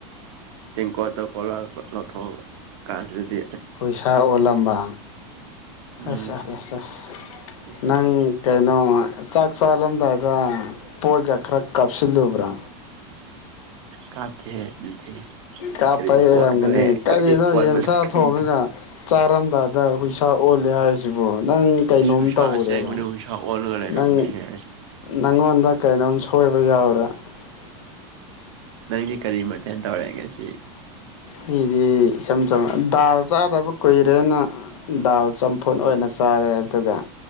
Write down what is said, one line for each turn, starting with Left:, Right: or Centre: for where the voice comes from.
Right: ꯇꯦꯡꯀꯣꯠꯇ ꯀꯣꯂꯄ ꯂꯧꯊꯣꯛꯄ ꯀꯥꯟꯗꯗꯤ
Left: ꯍꯨꯏꯁꯥ ꯑꯣꯜꯂꯝꯕ
Right: ꯎꯝ
Left: ꯑꯁ ꯑꯁ ꯑꯁ ꯑꯁ
Right: ꯏꯁ
Left: ꯅꯪ
Right: ꯏꯁ
Left: ꯀꯩꯅꯣ ꯑꯣ ꯆꯥꯛ ꯆꯥꯂꯝꯗꯥꯏꯗ ꯄꯣꯠꯒ ꯈꯔ ꯀꯥꯞꯁꯤꯜꯂꯨꯕ꯭ꯔꯣ
Right: ꯀꯥꯞꯇꯦꯍꯦ ꯑꯗꯨꯗꯤ
Left: ꯀꯥꯞꯄꯩ
Right: ꯀꯔꯤ ꯄꯣꯠꯅꯣꯍꯦ
Left: ꯑꯣꯏꯔꯝꯒꯅꯤ ꯀꯔꯤꯅꯣ
Right: ꯀꯔꯤ ꯄꯣꯠ
Left: ꯌꯦꯟꯁꯥ
Right: ꯃꯁꯛ ꯈꯪꯗꯦ
Left: ꯊꯣꯡꯉꯒ ꯆꯥꯔꯝꯗꯥꯏꯗ ꯍꯨꯏꯁꯥ ꯑꯣꯜꯂꯦ ꯍꯥꯏꯁꯤꯕꯨ ꯅꯪ ꯀꯩꯅꯣꯝ
Right: ꯏꯁ ꯎꯁꯥ
Left: ꯇꯧꯔꯦꯕ
Right: ꯑꯁꯦꯡꯕꯅꯤ ꯎꯁꯥ ꯑꯣꯜꯂꯒ ꯂꯩꯔꯝꯃꯦꯍꯦ
Left: ꯅꯪ
Right: ꯑꯁ
Left: ꯅꯪꯉꯣꯟꯗ ꯀꯩꯅꯣꯝ ꯁꯣꯏꯕ ꯌꯥꯎꯔꯦ <unintelligible>
Right: ꯅꯪꯗꯤ ꯀꯔꯤ ꯃꯊꯦꯟ ꯇꯧꯔꯦ ꯉꯁꯤ
Left: ꯑꯩꯗꯤ ꯏꯆꯝ ꯆꯝꯅ ꯗꯥꯜ ꯆꯥꯗꯕ ꯀꯨꯏꯔꯦꯅ ꯗꯥꯜ ꯆꯝꯐꯨꯠ ꯑꯣꯏꯅ ꯆꯥꯔꯦ ꯑꯗꯨꯒ